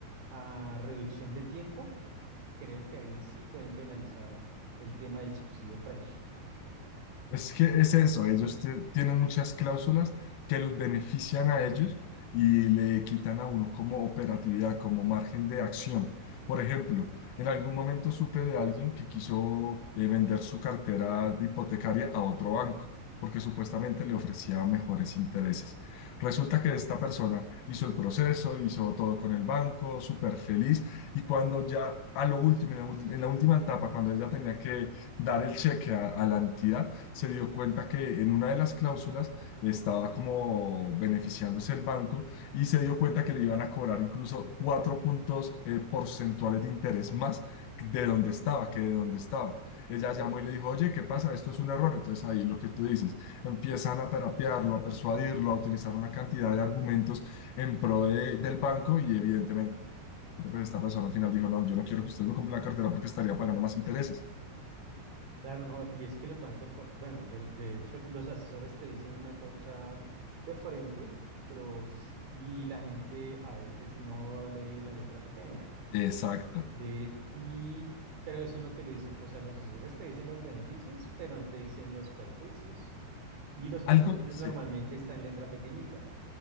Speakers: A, on the right; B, on the left.
A: a reducción de tiempo, creo que ahí sí pueden penalizar el tema del subsidio Fresh.
B: Es que es eso, ellos te- tienen muchas cláusulas que los benefician a ellos y le quitan a uno como operatividad, como margen de acción. Por ejemplo, en algún momento supe de alguien que quiso eh, vender su cartera de hipotecaria a otro banco porque supuestamente le ofrecía mejores intereses. Resulta que esta persona hizo el proceso, hizo todo con el banco, súper feliz, y cuando ya a lo último, en la, ul- en la última etapa, cuando ella tenía que dar el cheque a a la entidad, se dio cuenta que en una de las cláusulas estaba como beneficiándose el banco y se dio cuenta que le iban a cobrar incluso cuatro puntos eh, porcentuales de interés más de donde estaba, que de donde estaba. Ella llamó y le dijo, oye, ¿qué pasa? Esto es un error. Entonces ahí lo que tú dices, empiezan a terapiarlo, a persuadirlo, a utilizar una cantidad de argumentos en pro de- del banco y evidentemente pues esta persona al final dijo, no, yo no quiero que usted me compre la cartera porque estaría pagando más intereses.
A: Claro, no, y es que los bancos, por- bueno, de, de hecho, los asesores te dicen una cosa de frente, pero s- y la gente a veces no lee la letra pequeña.
B: Exacto.
A: De, y, pero eso no te lo dicen, o sea, los asesores te dicen los beneficios, pero no te dicen los perjuicios. Y los perjuicios
B: Algo, sí.
A: normalmente están en letra pequeñita.